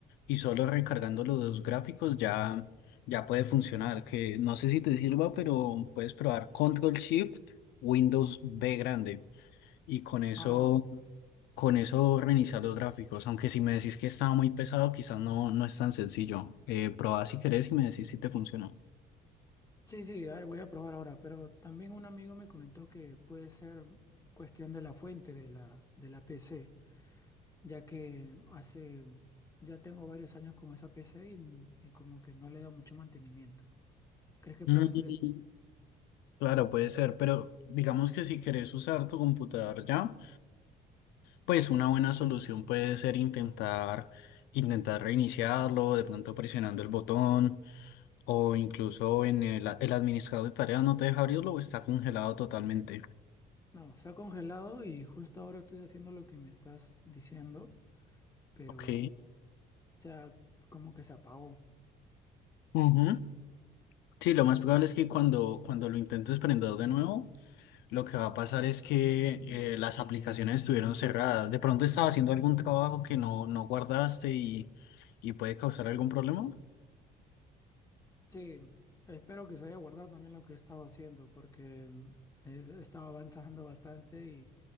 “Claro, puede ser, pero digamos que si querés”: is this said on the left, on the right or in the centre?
Left